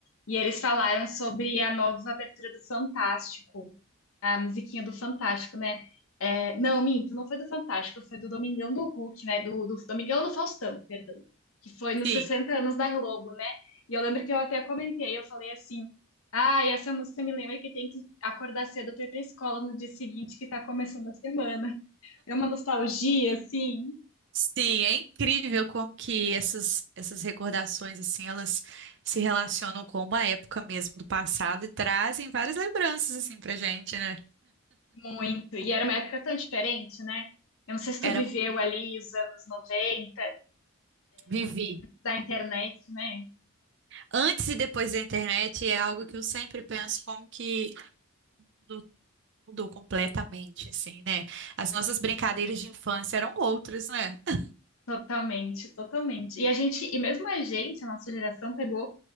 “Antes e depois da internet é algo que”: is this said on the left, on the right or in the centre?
Right